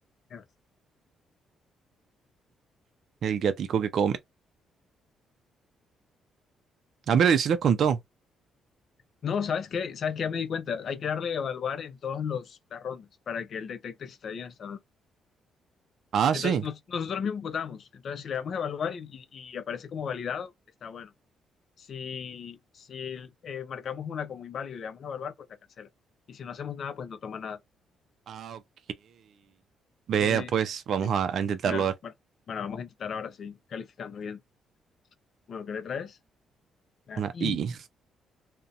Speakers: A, on the left; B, on the right.
A: gafas.
B: el gatico que come. Ah, pero sí los contó.
A: No, ¿sabes qué? ¿Sabes qué? Ya me di cuenta. Hay que darle a evaluar en todas los, las rondas para que él detecte si está bien o está mal.
B: Ah,
A: Entonces,
B: sí.
A: nos- nosotros mismos votamos. Entonces, si le damos a evaluar y, y- y aparece como validado, está bueno. Si, si eh, marcamos una como inválida y le damos a evaluar, pues la cancela. Y si no hacemos nada, pues no toma nada.
B: Ah, ok. Vea,
A: Sí, sí,
B: pues vamos
A: sí.
B: a, a intentarlo
A: Sí, dale.
B: ver.
A: Bueno, bueno, vamos a intentar ahora sí, calificando bien. Bueno, ¿qué le traes? La
B: Una
A: I.
B: I.